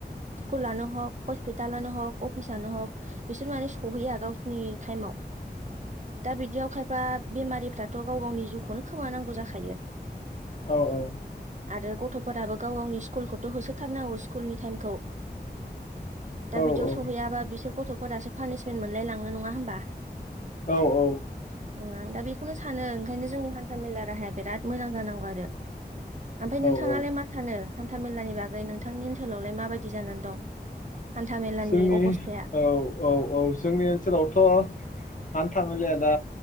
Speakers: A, on the right (about 45°); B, on the left (about 50°).
A: स्कुल आानो हक हस्पितालानो हक अफिसानो हक बिसोर माने सहैया गावसिनि टाइमाव। दा बिदियाव खायफा बेमारिफ्राथ' गाव गावनि जिउखौनो खोमानांगौ जाखायो।
B: औ औ।
A: आरो गथ'फोराबो गाव गावनि स्कुलखौथ' होसोथारनांगौ स्कुलनि टाइमखौ।
B: औ
A: बिदियाव
B: औ।
A: सहैयाबा दा बिसोर गथ'फोरासो पानिसमेन्ट मोनलाय लाङो नङा होमबा?
B: औ औ।
A: आं दा बेखौनो सानो ओंखायनो जोंनि हान्था मेला राहाया बिराद मोजां जानांगौ आरो ओमफ्राय नोंथाङालाय
B: औ औ
A: मा सानो हान्था मेलानि बागै नोंथांनि ओनसोलावलाय माबायदि जानानै दं?
B: औ <inaudible>
A: हान्था मेलानि
B: ए
A: अबस्थाया
B: औ औ-औ जोंनि ओनसोलावथ' आं हान्था मेलाया दा